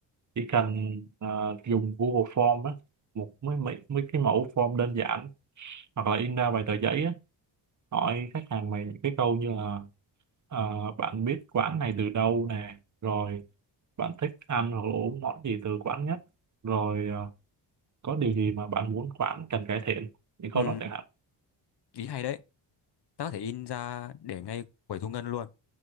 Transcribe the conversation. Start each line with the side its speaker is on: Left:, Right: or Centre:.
Right: chỉ cần ờ, dùng Google Form á một mấy, mấy mấy cái mẫu form đơn giản hoặc là in ra vài tờ giấy á hỏi khách hàng mày những cái câu như là ờ, bạn biết quán này từ đâu nè rồi bạn thích ăn hoặc là uống món gì từ quán nhất rồi ờ, có điều gì mà bạn muốn quán cần cải thiện những câu
Left: ừ,
Right: đó chẳng hạn
Left: ý hay đấy tao có thể in ra để ngay quầy thu ngân luôn